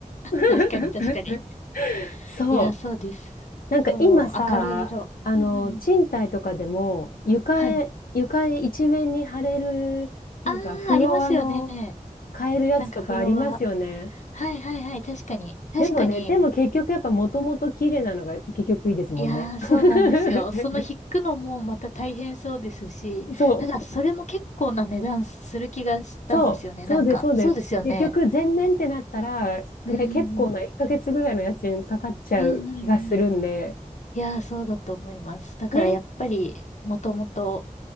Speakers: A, on the left; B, on the left.
A: <laughs>
B: 確かに確かに。
A: そう。
B: いやー、そうです。
A: なんか今さ、
B: そう、明るい色。
A: あの、
B: うんうんうん。
A: 賃貸とかでも、床へ、
B: はい。
A: 床一面に貼れる、なんかフロアの
B: あー、ありますよね。
A: 買えるやつとかありますよね。
B: なんかフロア。はいはいはい、確かに。確かに。
A: でもね、でも結局やっぱもともと綺麗なのが結局いいですもんね。
B: いやー、そうなんですよ。
A: <laughs>
B: その引くのもまた大変そうですし、
A: そう。
B: なんかそれも結構な値段する気がしたんですよね。
A: そう、そうです、
B: なんか、
A: そうです。
B: そうですよね。
A: 結局、全面ってなったら、
B: うんうんうん。
A: ね、結構な1ヶ月ぐらいの家賃かかっちゃう気がするんで、
B: うんうんうん。いやー、そうだと思います。だからやっぱり、
A: ね、
B: もともと